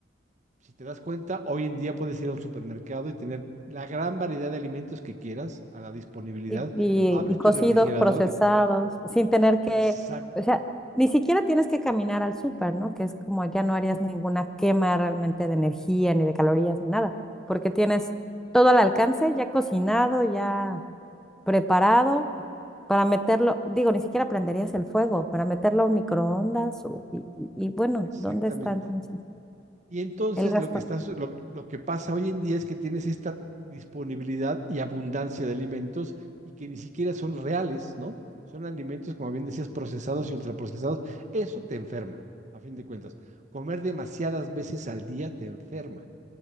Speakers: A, on the right (about 40°); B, in the centre.
A: Si te das cuenta, hoy en día puedes ir a un supermercado y tener la gran variedad de alimentos que quieras a la disponibilidad.
B: Y, y-
A: Abres
B: y cocidos,
A: tu refrigerador.
B: procesados, sin tener que,
A: Exacto,
B: o sea, ni siquiera tienes que caminar al súper, ¿no? Que es como ya no harías ninguna quema realmente de energía, ni de calorías, ni nada, porque tienes todo al alcance, ya cocinado, ya preparado, para meterlo, digo, ni siquiera prenderías el fuego, para meterlo a un microondas, o- y, y- y bueno,
A: exactamente.
B: ¿dónde está entonces
A: Y entonces
B: el gasto?
A: lo que está, su- lo, lo que pasa hoy en día es que tienes esta disponibilidad y abundancia de alimentos y que ni siquiera son reales, ¿no? Son alimentos, como bien decías, procesados y ultraprocesados. Eso te enferma, a fin de cuentas. Comer demasiadas veces al día te enferma.